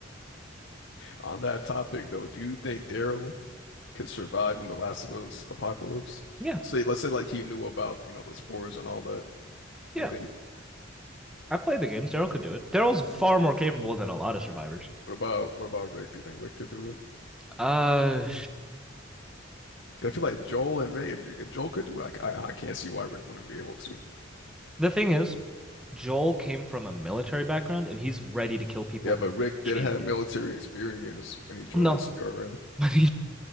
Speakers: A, on the left; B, in the centre.
A: On that topic, though, do you think Daryl could survive in the Last of Us apocalypse?
B: <laughs>
A: Let's
B: yeah,
A: say let's say like he knew about you know the spores and all that.
B: yeah.
A: Do you think?
B: I played the games. Daryl could do it. Daryl's far more capable than a lot of survivors.
A: What about what about Rick? Do you think Rick could do it?
B: Uh,
A: 'Cause I feel like Joel and Rick. If, if Joel could do it, I, I I can't see why Rick wouldn't be able to.
B: the thing is, Joel came from a military background and he's ready to kill people
A: Yeah, but Rick
B: immediately.
A: did have military experience when he joined
B: No,
A: the CRM.
B: <laughs> but